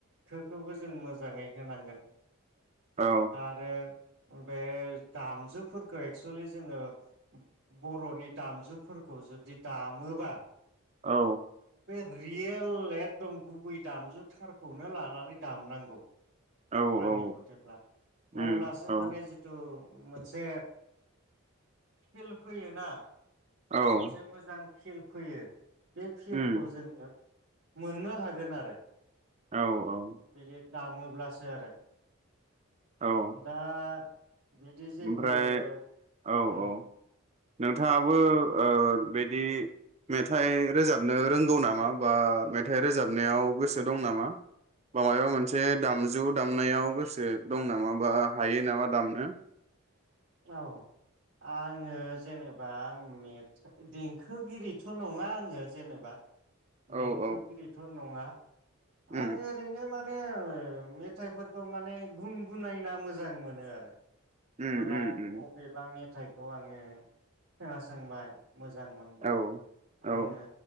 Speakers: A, on the right (about 55°); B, on the right (about 30°).
A: खौबो जों मोजाङै होनांगोन
B: औ
A: आरो बे दामजुफोरखौ एक्सुेलि जोङो बर'नि दामजुफोरखौ जुदि दामोबा
B: औ
A: बे रियेल एकदम गुबै दामजुथारखौनो लानानै दामनांगौ
B: औ
A: आंनि
B: औ
A: मथेब्ला
B: उम
A: अब्लासो
B: औ
A: माने जितु मोनसे फिल फैयोना
B: औ
A: मोनसे मोजां फिल फैयो बे फिलखौ
B: उम
A: जोंहो मोननो हागोन आरो
B: औ <unintelligible>
A: बिदि दामोब्लासो आरो
B: औ
A: दा बिदि
B: ओमफ्राय
A: जेबो ओ
B: औ
A: उम
B: औ नोंथाङाबो ओ बेदि मेथाइ रोजाबनो रोंगौ नामा बा मेथाइ रोजाबनायाव गोसो दं नामा बा मायबा मोनसे दामजु दामनायाव गोसो दं नामा बा हायो नामा दामनो?
A: औ आङो जेनेबा मेथ देंखोगिरिथ' नङा आङो जेनेबा
B: औ
A: देंखोगिरिथ'
B: औ
A: नङा
B: उम
A: आं ओरैनो मान <unintelligible> मेथाइफोरखौ माने गुन गुनायना मोजां मोनो आरो हमना
B: उम
A: ला
B: उम
A: अबेबा
B: उम
A: मेथाइ औ आङो खोनासंबाय मोजां मोनबाय
B: औ औ
A: आङो